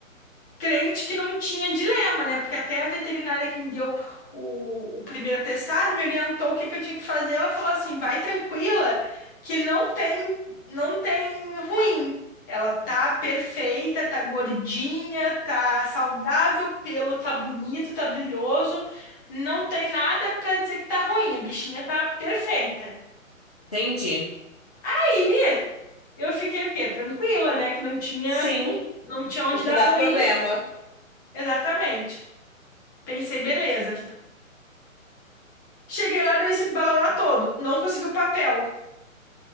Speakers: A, on the left (about 15°); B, on the left (about 30°).
A: crente que não tinha dilema, né? Porque até a veterinária que me deu o, o primeiro atestado me orientou o que que eu tinha que fazer. Ela falou assim: vai tranquila, que não tem, não tem ruim. Ela tá perfeita, tá gordinha, tá saudável, o pelo tá bonito, tá brilhoso. Não tem nada pra dizer que tá ruim. A bichinha tá perfeita.
B: Entendi.
A: Aí eu fiquei o quê? Tranquila, né? Que não tinha,
B: Sim,
A: não tinha onde
B: o que
A: dar
B: dá
A: ruim.
B: problema.
A: Exatamente. Pensei, beleza. Cheguei lá, deu esse balalá todo. Não consegui o papel.